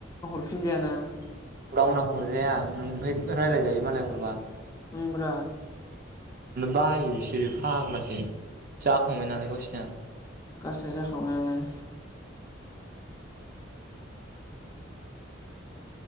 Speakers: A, on the left; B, on the right.
A: <inaudible>
B: गावना हरजाया ओंमफ्राय रायज्लाय जायो मालाय हरबा।
A: उम ब्रा।
B: बायो बिसोरो फाग्लासो जाखांबाय नालाय गावसिना।
A: गासिना जाखांबाय नालाय। <inaudible>